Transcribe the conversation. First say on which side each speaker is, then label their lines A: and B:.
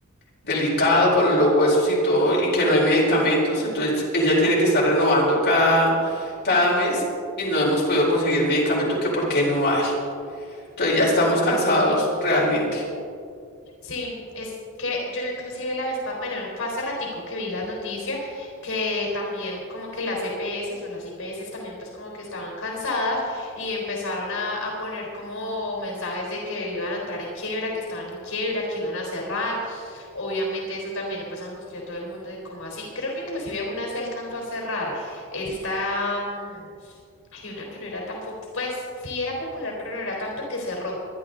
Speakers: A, on the left; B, on the left.
A: delicado para los huesos y todo, y que no hay medicamentos,
B: ujú.
A: entonces ella tiene que estar renovando cada, cada mes y no hemos podido conseguir medicamento que por qué no hay. Entonces ya estamos
B: Ay,
A: cansados
B: no.
A: realmente.
B: Sí, es que yo inclusive la vez, pa- bueno, fue hace ratico que vi la noticia que también como que las EPS o las IPS también pues como que estaban cansadas y empezaron a, a poner como mensajes de que iban a entrar en quiebra, que estaban en quiebra, que iban a cerrar Obviamente eso también pues angustió a todo el mundo de cómo así. Creo que inclusive una se alcanzó a cerrar. Esta, mm, hay una que no era tan, pop- pues sí era popular, pero no era tanto que cerró